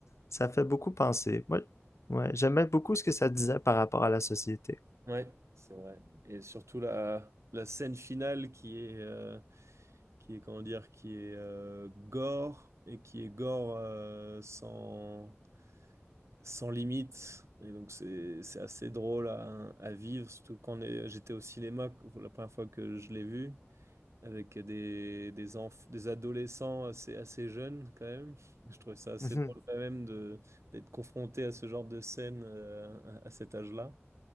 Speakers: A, on the left; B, on the right.
A: ça fait beaucoup penser. Moi, ouais, j'aimais beaucoup ce que ça disait par rapport à la société.
B: Ouais, c'est vrai. Et surtout la, la scène finale qui est, euh, qui est, comment dire, qui est euh, gore et qui est gore euh, sans. sans limite. Et donc, c'est, c'est assez drôle à, à vivre, surtout quand on est- j'étais au cinéma pour la première fois que je l'ai vu, avec des, des, enf- des adolescents assez, assez jeunes quand même. Je trouvais ça assez
A: Mhm,
B: drôle quand même de, d'être confronté à ce genre de scène euh, à, à cet âge-là.